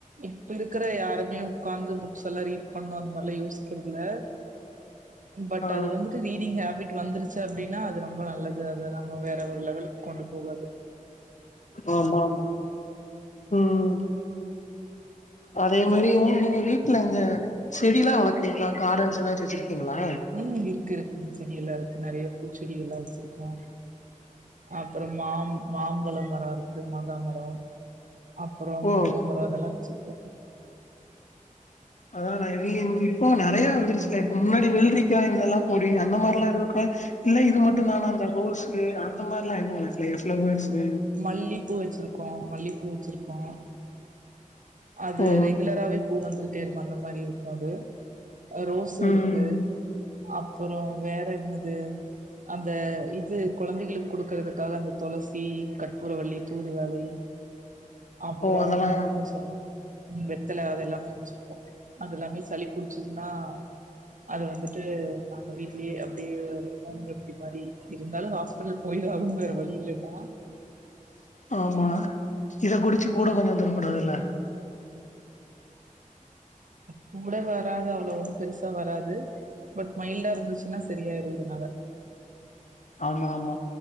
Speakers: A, on the right; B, on the left.
A: இப்ப இருக்கற யாருமே உக்காந்து புக்ஸ் எல்லா ரீட் பண்ணு அந்த மாரிலா யோசிக்கறதில்ல பட்
B: ஆ
A: அது வந்துட்டு ரீடிங் ஹேபிட் வந்துருச்சு அப்டின்னா அது ரொம்ப நல்லது அது அதா நம்ம வேற ஒரு லெவலுக் கொண்டு போகு அது
B: ஆமா ஆமா ம் அதே மாதிரி உங்க வீட்டுல இந்தந்த செடி எல்லா வளர்க்குறீங்களா காடன்ஸ் எதச்சு வச்சிருக்கீங்களா
A: ம் இருக்கு செடி எல்லா இருக்கு நிறைய பூச்செடிகள் எல்லா வச்சிருக்கோ அப்பற மாம் மாம்பழ மர இருக்கு மாங்கா மர அப்பறோ
B: ஓ
A: முருங்க மரோ இதெல்லா வெச்சிருக்கே
B: அதா நவி இப்போ நிறைய வந்துருச்சுல இப்ப முன்னாடி வெல்ரிக்கா இதெல்லா போடுவிங்கள அந்த மாதிர எல்லா இல்ல இது மட்டுந்தானா அந்த ரோஸ்கு அந்த மாரிலா எதுவுல்ல ஃப்ளேய ஃப்ளவர்ஸ்சு
A: மல்லிப்பூ வச்சிருக்கோ மல்லிப்பூ வச்சிருக்கோ அது
B: ஓ
A: ரெகுலரவே பூ வந்து பந்த மாதிரி இருக்கு அது ரோஸு
B: ம்
A: இருக்கு அப்ற வேற என்னது அந்த இது குழந்தைகள் கொடுக்குறதுக்காக அந்த துளசி கற்பூரவள்ளி தூது வலை அப்பற
B: ஓ அதெல்லா
A: இன்னொன்னு சொல்லுவாங்க வெத்தல அது எல்லாமே வச்சிருப்போ அதுஎல்லாமே சளி புடிச்சதுன்னா அது வந்துட்டு நாங்க வீட்லயே அப்படியே ரோ ரெமடிக மாதிரி இருந்தாலு ஹாஸ்பிடல் போய்டாகணு வேற வழி இல்லன்னா
B: ஆமா இத குடிச்சு கூட கொஞ்சே தரக்கூடாதல்ல
A: கூட வராது அவ்வளவு ஒண்ணு பெருச வராது பட் மைல்டா இருந்துச்சுனா சரியாயிடு இதுனால
B: ஆம்மா ஆம்மா